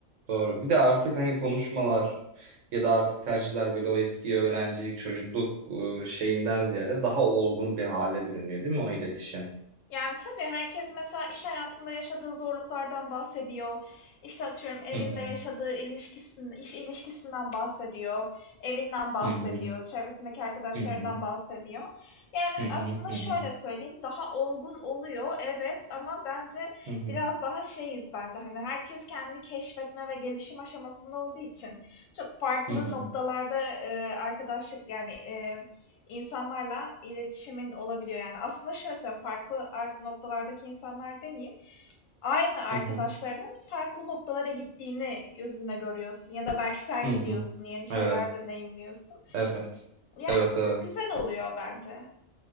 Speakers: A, on the right (about 70°); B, on the left (about 80°).
A: Doğru. Bir de artık hani konuşmalar ya da artık tercihler böyle o eski öğrencilik, çocukluk e, şeyinden ziyade daha olgun bir hale bürünüyor değil mi o iletişim?
B: Yani tabii herkes mesela iş hayatında yaşadığı zorluklardan bahsediyor. İşte atıyorum evinde
A: Hı hı,
B: yaşadığı ilişkisinden, iş ilişkisinden bahsediyor, evinden bahsediyor,
A: hı hı,
B: çevresindeki arkadaşlarından
A: hı hı,
B: bahsediyor. Yani
A: hı hı,
B: aslında
A: hı
B: şöyle
A: hı,
B: söyleyeyim, daha olgun oluyor evet ama bence
A: hı hı,
B: biraz daha şeyiz bence hani herkes kendi keşfetme ve gelişim aşamasında olduğu için çok farklı
A: hı hı,
B: noktalarda e, arkadaşlık yani insanlarla iletişimin olabiliyor. Yani, aslında şöyle söyleyeyim, farklı noktalardaki insanlar demeyeyim, aynı arkadaşlarının
A: hı hı,
B: farklı noktalara gittiğini gözünle görüyorsun ya da belki sen
A: hı
B: gidiyorsun, yeni şeyler
A: Evet,
B: deneyimliyorsun.
A: evet.
B: Yani,
A: Evet,
B: bu da
A: evet.
B: güzel oluyor bence.